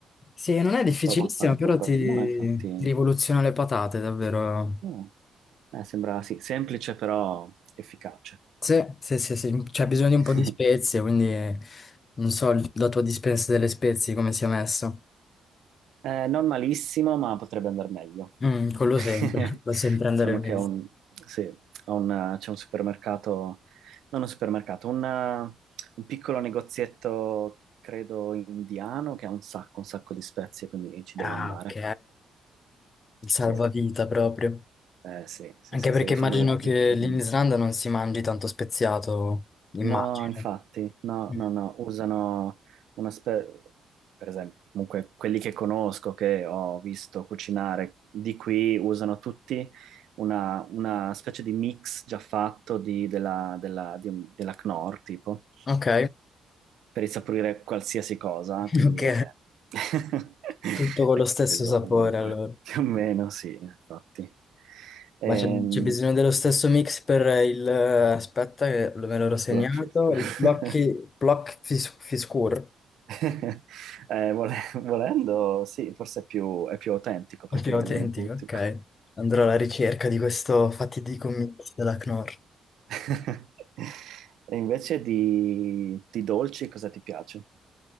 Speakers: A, on the left; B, on the right.
A: Sì, non è difficilissima,
B: provo a fare
A: però
B: qualcosa.
A: ti
B: No, infatti,
A: ti rivoluziona le patate, davvero.
B: no. Eh, sembra sì, semplice però efficace.
A: Sì, sì, sì, sì, c'è bisogno di un
B: <laughs>
A: po' di spezie, quindi eh, non so il- la tua dispensa delle spezie come sia messa.
B: Eh, non malissimo, ma potrebbe andare meglio.
A: Mm, quello
B: <laughs>
A: sempre, <laughs> va sempre andare
B: Diciamo
A: bene.
B: che è un, sì, è un, eh, c'è un supermercato, non un supermercato, un, eh, un piccolo negozietto, credo, indiano che ha un sacco, un sacco di spezie, quindi ci
A: Ah,
B: devo andare.
A: ok, il salvavita
B: Sì,
A: proprio.
B: eh, sì, sì,
A: Anche
B: sì,
A: perché
B: devo
A: immagino
B: fare...
A: che
B: riforme.
A: lì in Islanda non si mangi tanto speziato, immagino.
B: No, infatti, no,
A: Mm.
B: no, no, usano una spe- per esempio, comunque quelli che conosco, che ho visto cucinare di qui, usano tutti una, una specie di mix già fatto di- della, della, di un- della Knorr, tipo,
A: Ok,
B: per insaporire qualsiasi cosa,
A: <laughs>
B: quindi
A: ok.
B: è, <laughs>
A: Tutto con
B: è
A: lo stesso
B: quello
A: sapore,
B: ovunque,
A: allora.
B: più o meno, sì, infatti. Ehm,
A: Ma c'è c'è bisogno dello stesso mix per il... Aspetta, che lo- me l'ero
B: il
A: segnato.
B: plot twist. <laughs>
A: Il Plocchi... Plock fis- Fiskur,
B: <laughs> Eh, vole- volendo, sì, forse è più, è più autentico perché
A: il più
B: lo
A: autentico,
B: usano tutti.
A: ok. Andrò alla ricerca di questo fatidico mix della Knorr.
B: <laughs> E invece di, di dolci cosa ti piace?